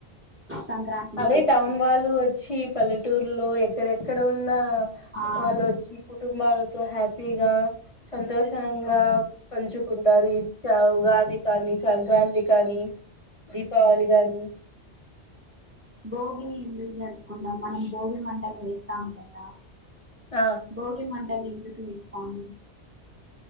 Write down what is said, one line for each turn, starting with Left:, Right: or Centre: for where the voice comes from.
Right: సంక్రాంతిని
Left: అదే
Right: చేసుకుంటాం
Left: టౌన్ వాళ్ళు వచ్చి పల్లెటూరులో ఎక్కడెక్కడ ఉన్న
Right: ఆ
Left: వాళ్ళు వచ్చి కుటుంబాలు సో హ్యాపీగా సంతోషంగా పంచుకుంటారు ఈ చ ఉగాది కాని సంక్రాంతి కానీ దీపావళి కానీ
Right: భోగిని ఎందుకు జరుపుకుంటాం మనం భోగి మంటలు వేస్తాము కదా
Left: ఆ
Right: భోగి మంటలు ఎందుకు వేస్తాము